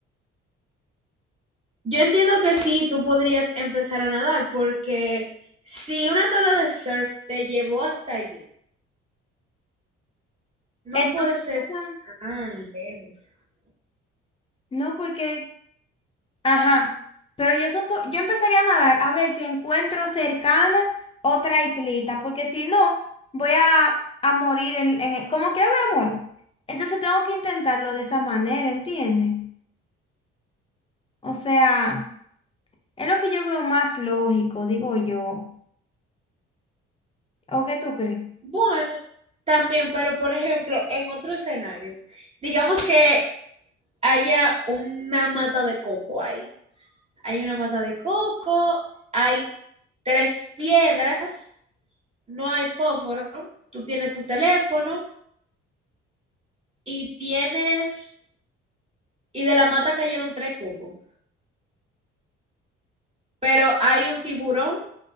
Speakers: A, on the right; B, on the left.
A: Yo entiendo que sí, tú podrías empezar a nadar, porque si una tabla de surf te llevó hasta allí, no
B: Entonces,
A: puede ser
B: o sea,
A: tan lejos.
B: no porque... Ajá, pero yo, supo- yo empezaría a nadar a ver si encuentro cercana otra islita, porque si no, voy a, a morir en, en... e, Como quiera voy a morir. Entonces tengo que intentarlo de esa manera, ¿entiendes? O sea, es lo que yo veo más lógico, digo yo. ¿O qué tú crees?
A: Bueno, también, pero por ejemplo, en otro escenario, digamos que haya una mata de coco ahí. Hay una mata de coco, hay tres piedras, no hay fósforo, tú tienes tu teléfono y tienes, y de la mata cayeron tres cocos. Pero hay un tiburón